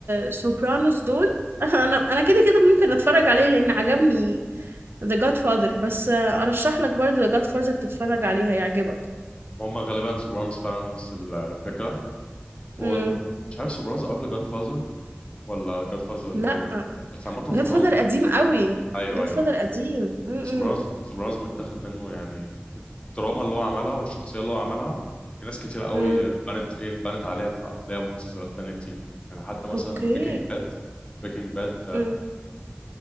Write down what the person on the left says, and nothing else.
وهم غالبا سوبرانوس فعلا نفس الفكرة ومش
عارف سوبرانوس قبل جاد فازر ولا جاد فازر الأول
بس عامة
سوبرانوس
أيوه
أيوه
سوبرانوس سوبرانوس متاخد منه يعني الدراما اللي هو عملها والشخصية اللي هو عملها في ناس كتير قوي
بنت ايه بنت عليها في افلام ومسلسلات تانية كتير يعني حتى مثلا
بريكنج باد بريكنج باد